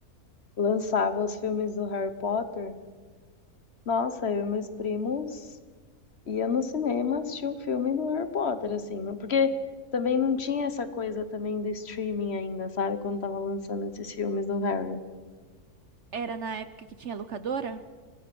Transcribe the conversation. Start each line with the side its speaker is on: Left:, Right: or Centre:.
Left: lançava os filmes do Harry Potter. Nossa, eu e meus primos ia no cinema assistir o filme do Harry Potter, assim, não- porque também não tinha essa coisa também do streaming ainda, sabe? Quando tava lançando esses filmes do Harry.
Right: Era na época que tinha locadora?